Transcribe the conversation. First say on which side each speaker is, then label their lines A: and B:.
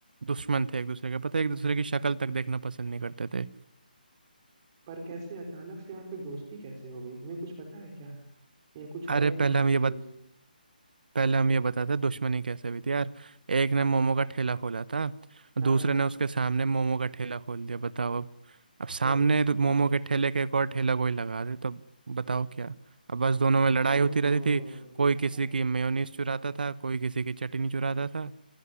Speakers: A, on the right (about 65°); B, on the right (about 25°).
A: दुश्मन थे एक दूसरे के पता है एक दूसरे की शक्ल तक देखना पसंद नहीं करते थे
B: पर कैसे अचानक से यार फिर दोस्ती कैसे हो गई तुम्हें कुछ पता है क्या या कुछ
A: अरे
B: हुआ इन दोनों
A: पहले हम
B: के
A: ये बत,
B: बीच
A: पहले हम ये बताते हैं दुश्मनी कैसे हुई थी यार एक
B: हाँ
A: ने मोमो
B: हाँ
A: का ठेला खोला था
B: हाँ
A: दूसरे
B: हाँ
A: ने उसके सामने मोमो का ठेला खोल दिया बताओ अब अब सामने
B: ओहो
A: तो मोमो के ठेले के एक और ठेला कोई लगा दे तो बताओ क्या अब बस दोनों में लड़ाई
B: ओहो
A: होती रहती थी कोई
B: हाँ,
A: किसी
B: हाँ।
A: की मेयोनीज चुराता था कोई किसी की चटनी चुराता था